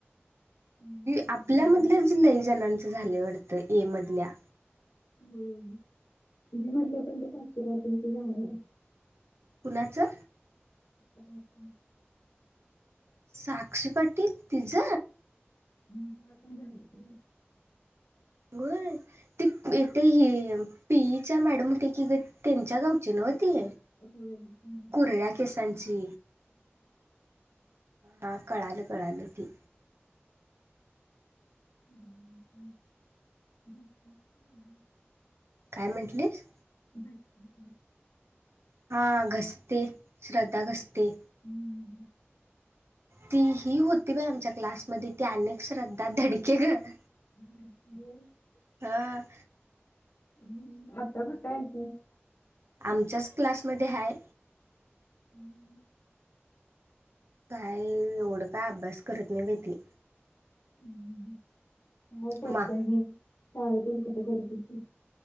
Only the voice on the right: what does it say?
आपल्यामधल्याच
लय जणांच झालं वाटतं ए मधल्या.
कुणाच्या?
साक्षी पाटील तीज.
ग ते ह पी ईच्या मॅडम होते. कि त्यांच्या गावची नव्हती.
कुरळ्या केसांची. हा कळाल कळाल ती.
काय म्हटलीस?
हा, घसते श्रद्धा घसते.
ती ही होती बाई आमच्या क्लासमध्ये, ती अनेक श्रद्धा धडके गं.
हां.
आमच्याच क्लासमध्ये हाय.
काय एवढं? काय अभ्यास करत नाही बाई ती!
माग